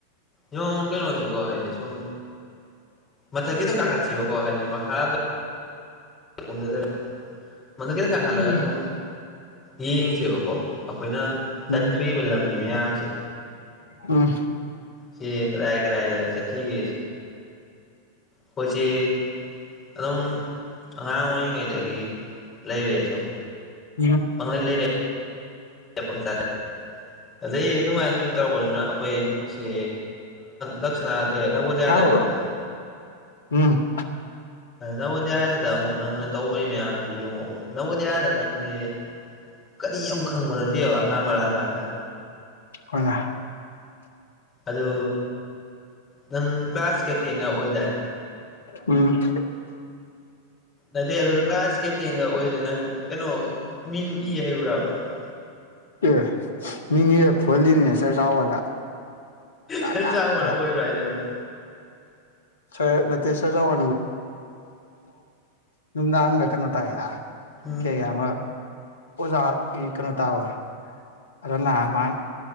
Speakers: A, on the left; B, on the left.
A: ꯑꯗꯨꯝ ꯀꯩꯅꯣꯁꯤꯀꯣ ꯍꯥꯏꯗꯤ ꯁꯨꯝ ꯃꯊꯛ ꯈꯤꯇꯪ ꯀꯥꯈꯠꯁꯦꯕꯀꯣ ꯍꯥꯏꯗꯤ ꯃꯈꯥꯗ ꯑꯗꯨꯗ ꯃꯗꯨ ꯈꯤꯇꯪ ꯀꯥꯈꯜꯂꯒ
B: ꯎꯝ
A: ꯁꯨꯝ ꯌꯦꯡ ꯁꯦꯕꯀꯣ ꯑꯩꯈꯣꯏꯅ ꯆꯠꯈ꯭ꯔꯤꯕ
B: ꯎꯝ
A: ꯂꯝꯕꯤ ꯃꯌꯥꯝꯁꯦ
B: ꯎꯝ
A: ꯁꯤ ꯀꯗꯥꯏ ꯀꯗꯥꯏꯗ ꯆꯠꯁꯤꯒꯦ ꯑꯈꯣꯏꯆꯦ ꯑꯗꯨꯝ ꯑꯉꯥꯡ ꯑꯣꯏꯔꯤꯉꯩꯗꯒꯤ ꯂꯩꯔꯦꯁꯨꯝ
B: ꯎꯝ
A: ꯄꯪꯂꯩ ꯂꯩꯔꯦ ꯑꯦ ꯄꯪꯆꯥ ꯆꯥꯢ ꯑꯗꯩ ꯑꯗꯨꯃꯥꯏꯅ ꯁꯨꯝ ꯇꯧꯔꯔꯕꯅꯤꯅ ꯑꯩꯈꯣꯏ ꯁꯤ ꯗꯛꯁꯤꯅꯥ ꯑꯦ ꯅꯕꯣꯗꯤꯌꯥꯗ
B: ꯍꯥꯎꯕ꯭ꯔꯣ
A: ꯄꯨꯜꯂꯦꯕ
B: ꯎꯝ
A: ꯅꯕꯣꯗꯤꯌꯥꯁꯤꯗ ꯑꯃꯨꯛ ꯅꯪꯅ ꯇꯧꯕꯒꯤ ꯃꯌꯥꯝꯁꯤ ꯌꯦꯡꯉꯣ ꯅꯕꯣꯗꯤꯌꯥꯥꯗ ꯅꯠꯇꯦ ꯀꯔꯤ ꯑꯃꯨꯛ ꯈꯪꯕ ꯅꯠꯇꯦꯕ ꯑꯍꯥꯟꯕ ꯂꯥꯛꯑꯀꯥꯟꯗ
B: ꯍꯣꯏꯅ
A: ꯑꯗꯨ ꯅꯪ ꯀ꯭ꯂꯥꯁ ꯀꯦꯞꯇꯦꯟꯒ ꯑꯣꯏꯗꯥꯏ
B: ꯎꯝ
A: ꯅꯠꯇꯦ ꯑꯗꯨ ꯀ꯭ꯂꯥꯁ ꯀꯦꯞꯇꯦꯟꯒ ꯑꯣꯏꯗꯨꯣ ꯅꯪ ꯀꯩꯅꯣ ꯃꯤꯡ ꯏ ꯍꯩꯕꯕ꯭ꯔꯥꯕ ꯅꯪ <inaudible>
B: ꯑꯦ ꯃꯤ ꯐꯨꯍꯜꯂꯤꯅꯤꯅꯦ ꯆꯔ ꯆꯥꯎꯕꯗ ꯀꯥ
A: ꯁꯔ
B: ꯀꯥ
A: ꯆꯥꯎꯕꯅ
B: ꯀꯥ
A: ꯑꯣꯏꯕ꯭ꯔꯥ ꯍꯥꯏꯁꯦ ꯅꯣꯏ
B: ꯁꯥꯔ ꯔꯇꯦꯁ ꯁꯔ <unintelligible> ꯅꯨꯡꯗꯥꯡꯗ ꯀꯩꯅꯣ ꯇꯥꯏ ꯀꯩ
A: ꯎꯝ
B: ꯀꯌꯥ ꯑꯃ ꯑꯣꯖꯥꯒꯤ ꯀꯩꯅꯣ ꯇꯥꯕꯗꯣ ꯑꯗꯨꯅ ꯃꯪ